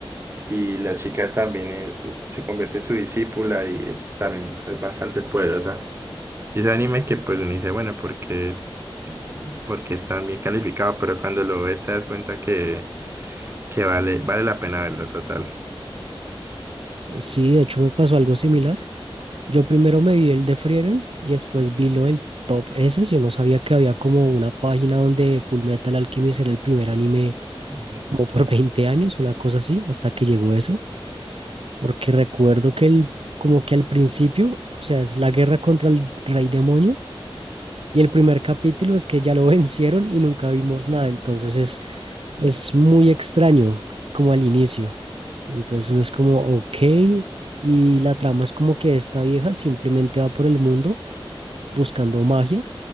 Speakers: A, on the right; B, on the right.
A: y la chica también es, se convierte en su discípula y es también es bastante poderosa. Y ese anime que pues uno dice, bueno, porque porque es tan bien calificado, pero cuando lo ves te das cuenta que, que vale, vale la pena verlo total.
B: Sí, de hecho me pasó algo similar. Yo primero me vi el de Frieren y después vi lo del Top S. Yo no sabía que había como una página donde Full Metal Alchemist era el primer anime
A: Ujú.
B: como por <laughs> 20 años, una cosa así, hasta que llegó ese. Porque recuerdo que el, como que al principio, o sea, es la guerra contra el rey demonio y el primer capítulo es que ya lo <laughs> vencieron y nunca vimos nada. Entonces es muy extraño, como al inicio. Entonces uno es como, ok, y la trama es como que esta vieja simplemente va por el mundo buscando magia,